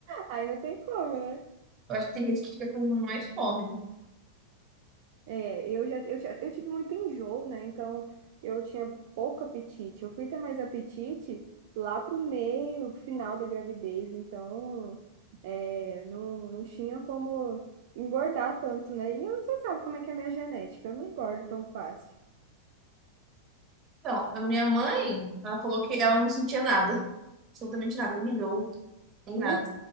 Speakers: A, on the right; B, on the right.
A: aí não tem como, né?
B: Eu acho que tem gente que fica com mais fome, né?
A: É, eu já, eu, ti- eu tive muito enjoo, né? Então, eu tinha pouco apetite. Eu fui ter mais apetite lá pro meio, final da gravidez. Então, é, não, não tinha como engordar tanto, né? E eu, você sabe como é que é a minha genética. Eu não engordo tão fácil.
B: Então, a minha mãe, ela falou que ela não sentia nada. Absolutamente nada, nem enjoo, nem nada.
A: Nem